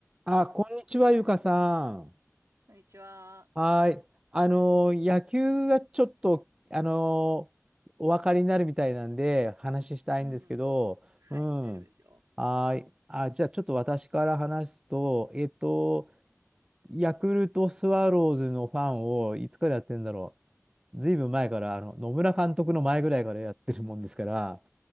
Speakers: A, on the right; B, on the right.
A: あ、こんにちは、ゆかさん。
B: こんにちは。
A: はい。あのー、野球がちょっと、あのー、お分かりになるみたいなんで、話したいんですけど、
B: うん。はい、
A: うん。
B: 大丈夫ですよ。
A: はい。あ、じゃあ、ちょっと私から話すと、えっと、ヤクルトスワローズのファンをいつからやってんだろう。ずいぶん前から、あの、野村監督の前ぐらいからやってるもんですから、